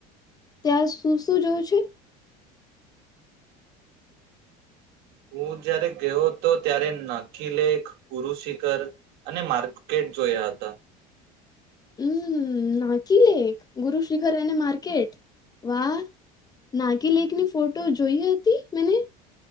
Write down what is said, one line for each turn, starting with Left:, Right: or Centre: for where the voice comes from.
Left: ત્યાં સુું શું જોયું છે.
Right: હું જ્યારે ગયો હતો ત્યારે નખીલેખ ગુરુ શિખર અને બજાર જોયા હતા.
Left: હમ નાકી લેક ગુરુ શિખર એ બજાર વાહ નાકી લેક ની ફોટો જોઈ હતી મને